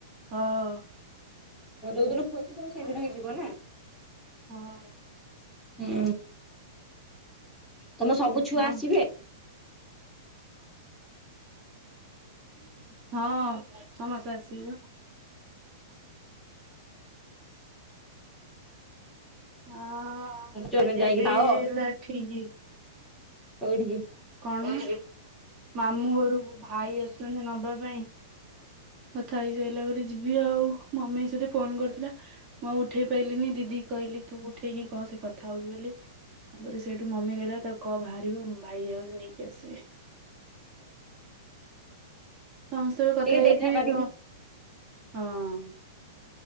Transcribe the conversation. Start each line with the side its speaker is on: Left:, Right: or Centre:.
Right: ହଁ।
Centre: ଯୋଉ ଦିନ ଖୋଲୁଚି ତମେ ସେଇଦିନ ହିଁ ଯିବ ନା?
Right: ହଁ।
Centre: ହୁଁ ତମ ସବୁ ଛୁଆ
Right: ହଁ
Centre: ଆସିବେ?
Right: ହଁ ସମସ୍ତେ ଆସିବେ ବା। ହଁ ଏବେ
Centre: ତମେ
Right: ଯିବି
Centre: ଯାଇକି ଥାଅ
Right: ହେଲା ଠିକି।
Centre: କୋଉଠିକି?
Right: କଣ ହେଇଚି ମାମୁଁ ଘରକୁ ଭାଇ ଆସୁଛନ୍ତି ନବା ପାଇଁ। କଥା ହେଇସାରିଲା ପରେ ଯିବି ଆଉ ମମି ସହିରେ ଫୋନ କରିଥିଲା ମୁଁ ଆଉ ଗ ଉଠେଇ ପାଇଲିିନି ଦିଦି କହିଲି ତୁ ଉଠେଇ କି କହ ସେ କଥା ହଉଛି ବୋଲି ତାପରେ ସେଇଠୁ ମମି କିହିଲା ତାକୁ। କହ ବାହାରିବ ଭାଇ ଆଉଚି ନେଇକି ଆସିବେ।
Centre: ହୁଁ
Right: ସମସ ବି କଥା ହେଇଯାଇଥି
Centre: ଦେଖା
Right: ବି
Centre: କରିକି
Right: ତ ହଁ।